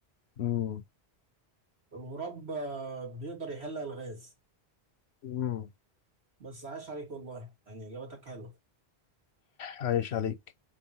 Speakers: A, on the left; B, on the right.
A: امم
B: الغراب آه، بيقدر يحل الغاز
A: امم
B: بس عاش عليك والله يعني اجابتك حلوه
A: عايش عليك